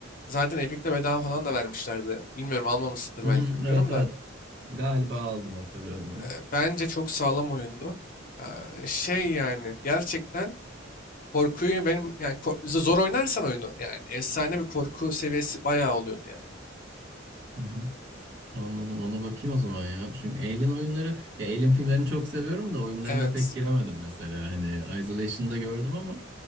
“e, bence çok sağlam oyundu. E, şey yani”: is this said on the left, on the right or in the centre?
Left